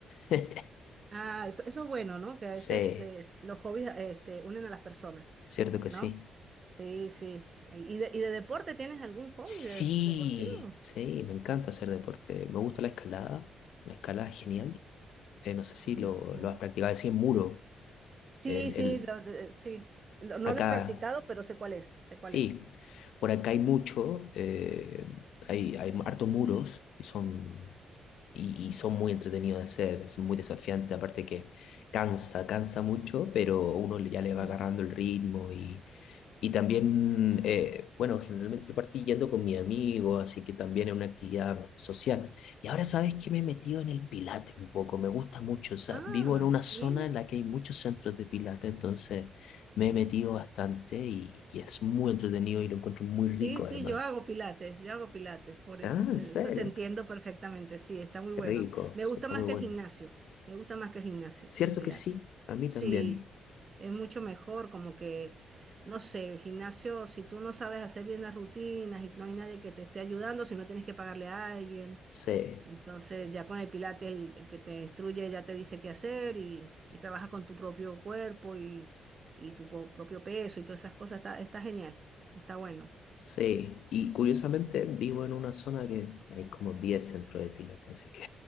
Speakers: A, on the left; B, on the right.
A: <laughs>
B: Ah, eso, eso es bueno, ¿no? Que a veces
A: Sí,
B: eh, los hobbies este, unen a las personas,
A: cierto que
B: ¿no?
A: sí.
B: Sí, sí. ¿Y de, y de deporte tienes algún hobby
A: Sí,
B: de, pues, deportivo?
A: sí, me encanta hacer deporte. Me gusta la escalada. La escalada es genial. Eh, no sé si
B: Ok.
A: lo, lo has practicado. Así en muro.
B: Sí,
A: En
B: sí,
A: el,
B: lo de- sí. Lo- no
A: acá.
B: lo he practicado, pero sé cuál es, sé
A: Sí,
B: cuál es.
A: por acá hay mucho, eh, hay, hay harto muros y son, y, y son muy entretenidos de hacer, es muy desafiante, aparte que cansa, cansa mucho, pero uno le- ya le
B: Mm.
A: va agarrando el ritmo y, y también, eh, bueno, generalmente yo partí yendo con mi amigo, así que también es una actividad social. Y ahora sabes que me he metido en el Pilates un poco, me gusta mucho, o sea,
B: Ah,
A: vivo en una zona
B: mira.
A: en la que hay muchos centros de Pilates, entonces me he metido bastante y, y es muy entretenido y lo encuentro muy rico
B: Sí, sí,
A: además.
B: yo hago pilates, yo hago pilates, por es-
A: Ah, en
B: eh,
A: serio,
B: eso, te entiendo perfectamente, sí, está muy
A: qué
B: bueno.
A: rico,
B: Me
A: sí,
B: gusta
A: está
B: más
A: muy
B: que
A: bueno.
B: el gimnasio, me gusta más que el gimnasio,
A: Cierto
B: el pilates.
A: que sí, a mí
B: Sí,
A: también.
B: es mucho mejor, como que, no sé, el gimnasio, si tú no sabes hacer bien las rutinas y no hay nadie que te esté ayudando, si no tienes que pagarle a alguien,
A: Sí,
B: entonces ya con el pilates el, el que te instruye ya te dice qué hacer y, y trabajas con tu propio cuerpo y, y tu po- propio peso y todas esas cosas, está, está genial, está bueno.
A: sí. Y curiosamente vivo en una zona que hay como 10 centros de pilates, así que...